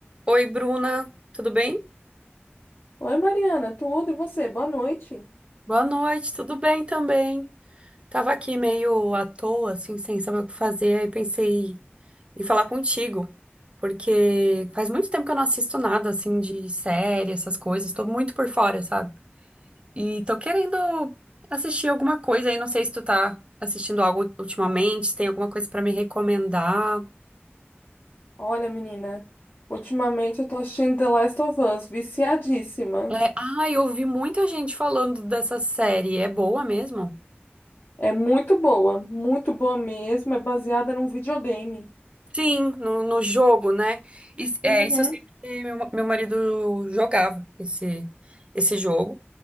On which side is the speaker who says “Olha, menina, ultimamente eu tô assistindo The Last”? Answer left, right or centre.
Left